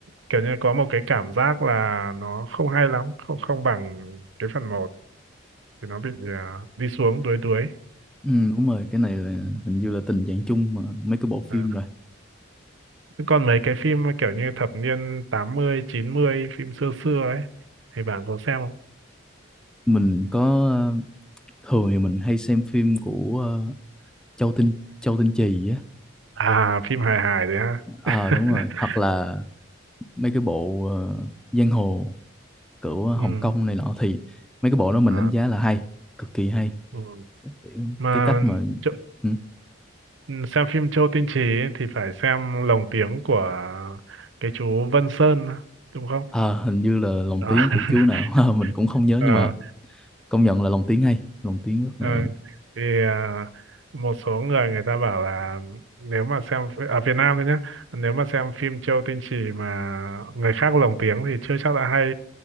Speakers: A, on the right (about 65°); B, in the centre.
A: kiểu như có một cái cảm giác là nó không hay lắm, không không bằng cái phần một thì nó bị à, đi xuống đuối đuối.
B: ừ, đúng rồi cái này là
A: Ừ.
B: hình như là tình trạng chung mà mấy cái bộ
A: À.
B: phim rồi
A: Thế Còn mấy cái phim mà kiểu như thập niên tám mươi chín mươi phim xưa xưa ấy thì bạn có xem không?
B: mình có ờ, thường thì mình hay xem phim của ờ, Châu Tinh Châu Tinh Trì á
A: À phim hài hài đấy ha.
B: Ờ
A: <laughs>
B: đúng rồi hoặc là mấy cái bộ ờ, giang hồ của
A: ừ.
B: Hồng Kông này nọ thì mấy cái bộ đó mình
A: À,
B: đánh giá là hay cực kỳ hay
A: ừ.
B: Kiểu
A: Mà
B: cái cách mà
A: chỗ,
B: ừ.
A: ừ, xem phim Châu Tinh Trì ấy thì phải xem lồng tiếng của cái chú Vân Sơn đúng không?
B: Ờ, hình như là lồng
A: À.
B: tiếng của chú nào
A: <laughs>
B: <laughs> Ờ, mình cũng không nhớ
A: Ờ,
B: nhưng mà công nhận là lồng tiếng hay lồng tiếng rất
A: Ờ,
B: là
A: thì à, một số người người ta bảo là nếu mà xem phi- ở Việt Nam thôi nhé nếu mà xem phim Châu Tinh Chỉ mà người khác lồng tiếng thì chưa chắc đã hay